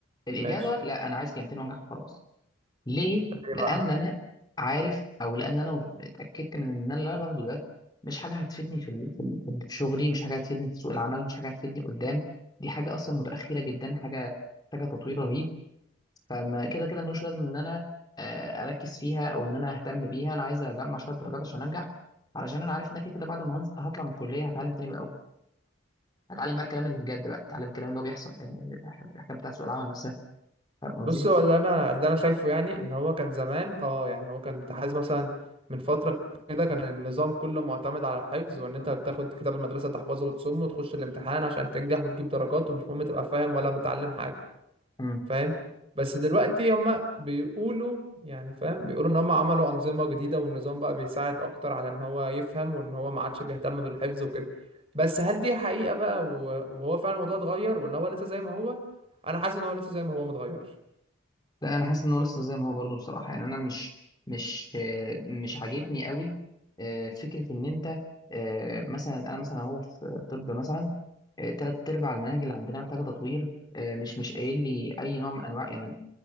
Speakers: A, on the left; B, on the right.
A: الاجابه
B: ماشي
A: لا انا عايز كلمتين وانجح وخلاص ليه
B: ليه
A: لان
B: بقى؟
A: انا عارف او لان انا اتاكدت من ان انا اللي انا باخده ده مش حاجه هتفيدني في ال... في ال... في ال- في شغلي مش حاجه هتفيدني في سوق العمل مش حاجه هتفيدني قدام دي حاجه اصلا متاخره جدا حاجه محتاجه تطوير رهيب فما كده كده ملوش لازم ان انا آه، اركز فيها او ان انا اهتم بيها انا عايز اجمع شويه درجات عشان انجح علشان انا عارف ان أنا كده كده بعد ما هنز- هطلع من الكليه هتعلم تاني من الأول. هتعلم بقى الكلام اللي بجد بقى اتعلم الكلام اللي هو بيحصل يعني الح- الحكايه بتاعت سوق العمل نفسها فاهم قصدي؟
B: بص هو اللي انا اللي انا شايفه يعني ان هو كان زمان اه يعني هو كان متحيز مثلا من فتره كده كان النظام كله معتمد على الحفظ وان انت بتاخد كتاب المدرسه تحفظه وتصمه وتخش الامتحان عشان تنجح وتجيب درجات ومش مهم تبقى فاهم ولا متعلم حاجه
A: امم
B: فاهم بس دلوقتي هما بيقولوا يعني فاهم بيقولوا ان هما عملوا انظمه جديده والنظام بقى بيساعد اكتر على ان هو يفهم وان هو ما عادش بيهتم بالحفظ وكده بس هل دي حقيقه بقى و- وهو فعلا الموضوع اتغير ولا هو لسه زي ما هو انا حاسس ان هو لسه زي ما هو متغيرش
A: لا انا حاسس انه لسه زي ما هو برضه بصراحه يعني انا مش مش آه، مش عاجبني قوي آه، فكره ان انت آه، مثلا انا مثلا اهو في طب مثلا ثلاث ارباع المناهج اللي عندنا محتاجه تطوير آه، مش مش قايل لي اي نوع من انواع يعني